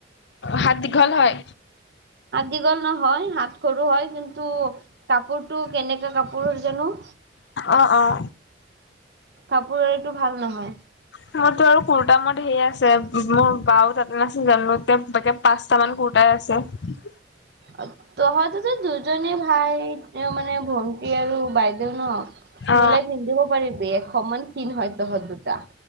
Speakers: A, on the left; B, on the right.
A: হাত দীঘল হয়।
B: দীঘল নহয় হাত সৰু হয় কিন্তু কাপোৰ তটো কেনেকা কাপোৰৰ জানো।
A: অ', অ',
B: কাপোৰ এটো ভাল নহয়।
A: মোৰতো আৰু কুৰ্তা মত ঢেৰ আছে মোৰ বাও তাতে নাছিল জানো এতিয়া তাকে পাঁচটা মান কুৰ্টাই আছে।
B: আ। তহঁতিতো দুজনী ভাই, মোৰ মানে ভণ্টি আৰু বাইদেউ ন'।
A: অ।
B: মিলাই পিন্ধিব পাৰিবি সমান ক্ষীণ হয় তহঁত দুটা।